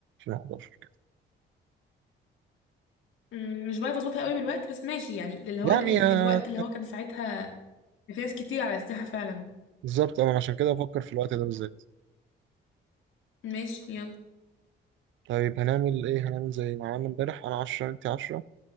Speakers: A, on the right; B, on the left.
A: 2011 كده.
B: امم، مش بعرف اظبطها قوي بالوقت بس ماشي يعني اللي هو
A: يعني
B: ال ال
A: آه،
B: الوقت اللي هو كان ساعتها كان في ناس كتير على الساحة فعلا
A: بالظبط أنا عشان كده بفكر في الوقت ده بالذات
B: ماشي يلا
A: طيب هنعمل إيه هنعمل زي ما عملنا امبارح أنا 10 أنت 10